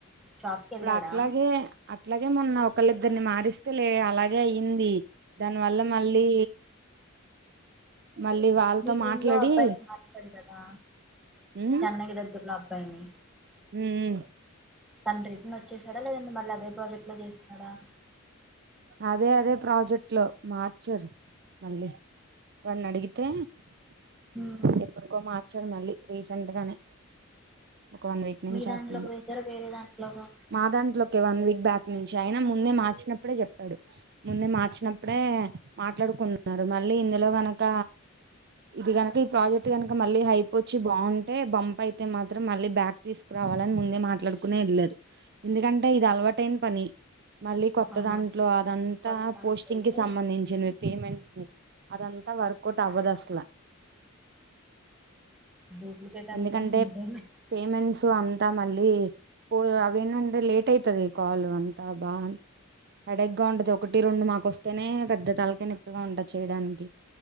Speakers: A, in the centre; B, on the right.
A: షాప్కి
B: ఇప్పుడు
A: వెళ్ళాడా
B: అట్లాగే అట్లాగే మొన్న ఒకళ ఇద్దరిని మారిస్తే లే అలాగే అయ్యింది దానివల్ల మళ్ళీ మళ్ళీ వాళ్ళతో
A: మీ టటీమ్
B: మాట్లాడి
A: లో అబ్బాయిని మాట్లాడు కదా
B: ఉమ్
A: చెన్నగి దగ్గర్లో అబ్బాయిని
B: ఉమ్
A: తన రిటర్న్ వచ్చేసాడా లేదంటే మళ్ళీ అదే ప్రాజెక్ట్ లో చేస్తున్నాడా
B: అదే అదే ప్రాజెక్ట్ లో మార్చరు మళ్ళీ వాడిని అడిగితే
A: ఉమ్,
B: ఎప్పుడుకో మా వచ్చారు మళ్ళీ రీసెంట్ గానే ఒక వన్ వీక్ నుంచి
A: మీ దాంట్లోకి
B: ఆతున్నాడు
A: వేసారా వేరే దాంట్లోక
B: మా దాంట్లో ఒకే వన్ వీక్ బ్యాక్ ఇ నుంచి ఆయిన ముందే మార్చినప్పుడే చెప్పాడు ముందే మార్చిన వినప్పుడే మాట్లాడుకున్నా న్నారు మళ్ళీ ఇందులో గనక ఇది గనక ఈ ప్రాజెక్ట్ కనుక మళ్ళీ హైప్ వచ్చి బాగుంటే బంప్ అయితే మాత్రం మళ్ళీ బ్యాక్ తీసుకురావాలని ముందే మాట్లాడుకునే వెళ్ళారు ఎందుకంటే అంట ఇది అలవాటేన పని మళ్ళీ కొత్త
A: అవును
B: దాంట్లో అదంతా
A: కొత్తతే
B: పోస్టింగ్ కి సంబంధించినవి పేమెంట్స్ అదంతా వర్కౌట్ అవ్వదుస్లా
A: డూప్లికేట్ అంతేనా
B: ఎందుకంటే
A: అంతేలే
B: పేమెంట్స్ అ అంతా మళ్ళీ పో అవేనంటే లేట్ అయితది కాల్ అంతా బా అ హెడక్ గా ఉంటదింది ఒకటి రెండు మాకు వస్తుంది అనే పెద్ద తళక నొప్పిగా ఉంట చేయడానికి